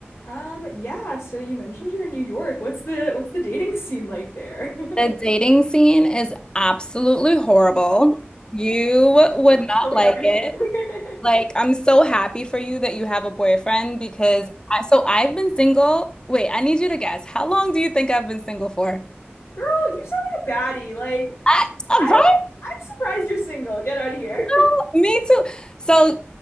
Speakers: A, on the left; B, on the left.
A: Um, yeah, so you mentioned you're in New York. What's the what's the dating <laughs> scene like there? <laughs>
B: The dating scene is absolutely horrible. You
A: Oh
B: would
A: my gosh,
B: not
A: tell me
B: like
A: everything.
B: it.
A: <laughs>
B: Like, I'm so happy for you that you have a boyfriend because I, so I've been single. Wait, I need you to guess. How long do you think I've been single for?
A: Girl, you sound like a baddie. Like,
B: I, uh,
A: I
B: right?
A: don't even, I'm surprised you're single. Get out of here.
B: <laughs> Me too. So